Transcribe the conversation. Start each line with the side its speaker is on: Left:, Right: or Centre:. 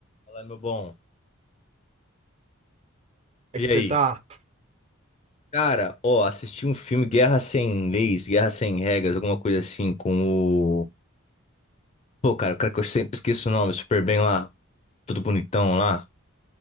Left: Fala, meu bom.
Right: É
Left: E
Right: que você
Left: aí?
Right: tá?
Left: Cara, ó, assisti um filme Guerra Sem Leis, Guerra Sem Regras, alguma coisa assim, com o. Pô, cara, o cara que eu sempre esqueço o nome, super bem lá, tudo bonitão lá.